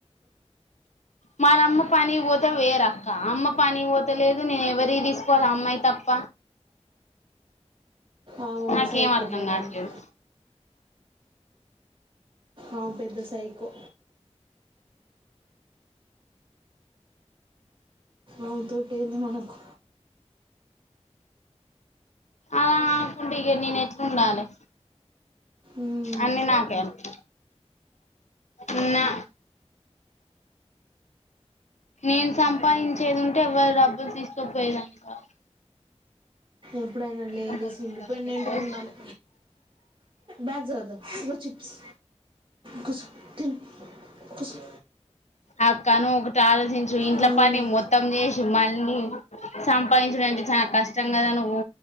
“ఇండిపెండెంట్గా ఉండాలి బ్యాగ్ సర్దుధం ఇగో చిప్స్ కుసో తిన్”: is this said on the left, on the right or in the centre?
Right